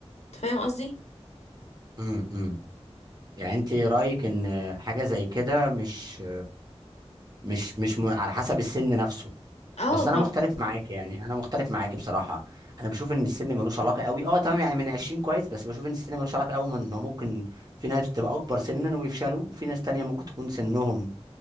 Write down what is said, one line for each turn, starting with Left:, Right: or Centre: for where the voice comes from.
Left: أنت فاهم قصدي؟
Right: امم يعني انت رايك ان حاجه زي كده مش مش مش م... على حسب السن نفسه
Left: اه
Right: بس
Left: طبعا
Right: انا مختلف معاك يعني انا مختلف معاك بصراحه انا بشوف ان السن ملوش علاقه قوي اه تمام يعني من 20 كويس بس بشوف ان السن ملوش علاقه قوي من ما ممكن في ناس بتبقى اكبر سنا ويفشلوا وفي ناس تانية ممكن تكون سنهم